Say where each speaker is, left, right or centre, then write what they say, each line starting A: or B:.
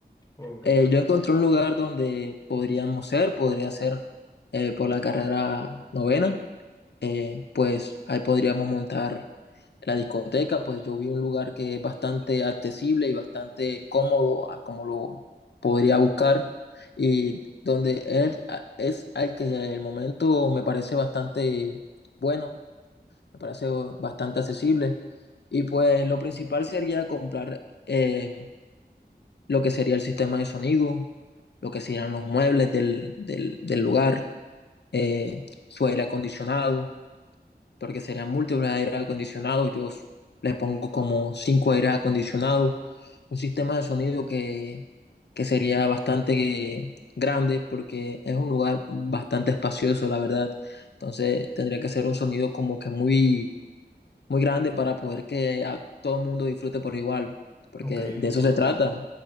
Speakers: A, on the left; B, on the left.
A: Ok,
B: Eh, yo encontré un lugar donde podríamos ser, podría ser eh, por la carrera novena, eh, pues ahí podríamos montar la discoteca, pues yo vi un lugar que es bastante accesible y bastante cómodo a como lo podría buscar y donde él a- es al que el momento me parece bastante bueno, me parece bastante accesible y pues lo principal sería comprar eh, lo que sería el sistema de sonido, lo que serían los muebles del, del, del lugar, eh, su aire acondicionado, porque serían múltiples aires acondicionados. Yo le pongo como cinco aires acondicionados, un sistema de sonido que, que sería bastante grande porque es un lugar bastante espacioso, la verdad. Entonces tendría que ser un sonido como que muy, muy grande para poder que a todo el mundo disfrute por igual, porque
A: ok,
B: de
A: entiendo,
B: eso se trata,